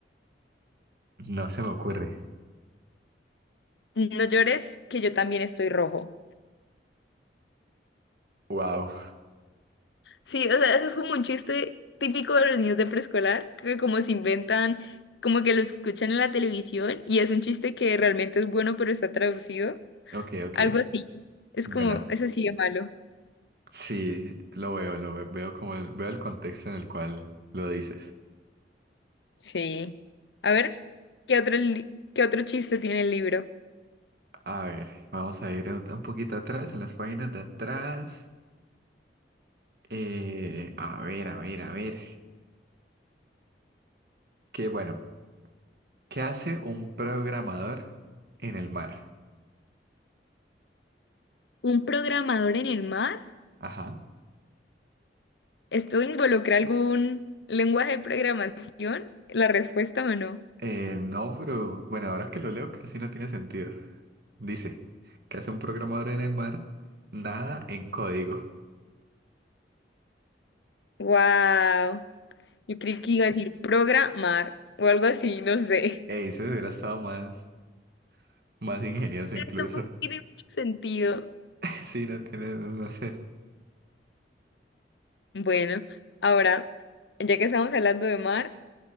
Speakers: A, on the right (about 60°); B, on the left (about 80°).
A: No se me ocurre.
B: No llores, que yo también estoy rojo.
A: Wow.
B: Sí, o sea, eso es como un chiste típico de los niños de preescolar, que como se inventan, como que lo escuchan en la televisión y es un chiste que realmente es bueno, pero está traducido.
A: Ok, ok.
B: Algo así. Es
A: Bueno,
B: como, eso sí de malo.
A: sí, lo veo, lo ve- veo como el- veo el contexto en el cual lo dices.
B: Sí. A ver, ¿qué otro, li- qué otro chiste tiene el libro?
A: A ver, vamos a ir un un poquito atrás, en las páginas de atrás. Eh, a ver, a ver, a ver. Que bueno, ¿qué hace un programador en el mar?
B: ¿Un programador en el mar?
A: Ajá.
B: ¿Esto involucra algún lenguaje de programación? ¿La respuesta o no?
A: Eh, no, pero bueno, ahora que lo leo casi no tiene sentido. Dice, ¿qué hace un programador en el mar? Nada en código.
B: Wow. Yo creí que iba a decir programar o algo así, no sé.
A: Ey,
B: <laughs>
A: eso hubiera estado más, más ingenioso
B: Pero
A: incluso.
B: tampoco tiene
A: <laughs>
B: mucho sentido.
A: Sí, no tiene, no sé.
B: Bueno, ahora, ya que estamos hablando de mar,